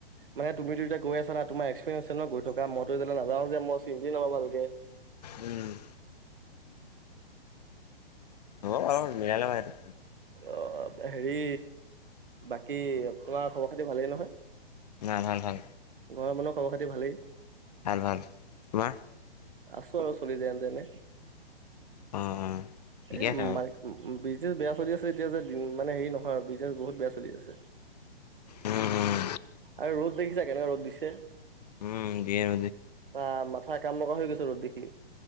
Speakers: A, on the right; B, on the left.
A: মানে তুমিো এয়া গৈ আছা তমাৰ এক্সেৰিয়েঞ্চ ন গৈ থকা মইোতি নাওঁ যেই চিন্তি নহয় ভালে
B: উম অ অ বাটো মিলা ল এ <unintelligible>
A: অ হেৰি বাকী তোমাৰ খবৰ খাতি ভালেই নহয়
B: ন ভাল ভাল
A: ঘৰ মানুহ খবৰ খাতি ভালেই
B: ভাল ভাল তোমাৰ
A: আছো আৰু চলি যেন তেনে
B: অ', অ', ঠিকে
A: এমাইক
B: আছে বাৰু।
A: বি বিজনেছ বেয়া চলি আছে এতিয়া যে মানে হেৰি নহয় আৰু বিজনেছ বহুত বেয়া চলি আছে
B: উম, উম,
A: আৰু ৰ'দ দেখিছা কেনেককাা ৰ'দ দিছে
B: উমেন
A: আহ মাথথা কাম লগা হৈ গৈছে ৰ'দ দেখি